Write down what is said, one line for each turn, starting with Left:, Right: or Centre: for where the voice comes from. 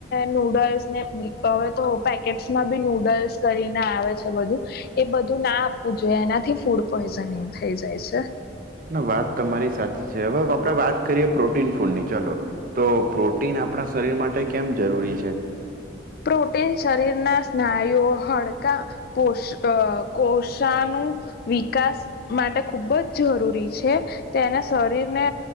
Left: નૂડલ્સ ને હવે તો પેકેટ્સમાં બી નૂડલ્સ કરીને આવે છે બધું એ બધું ના આપવું જોઈએ એનાથી ફૂડ પોઈઝનિંગ થઈ જાય છે.
Right: ના વાત તમારી સાચી છે હવે આપડે વાત કરીએ પ્રોટીન ફૂડ ની ચાલો તો પ્રોટીન આપણા શરીર માટે કેમ જરૂરી છે.
Left: પ્રોટીન શરીરના સ્નાયુઓ હાડકાં <unintelligible> કોષા નું વિકાસ માટે ખૂબ જ જરૂરી છે તેને શરીરને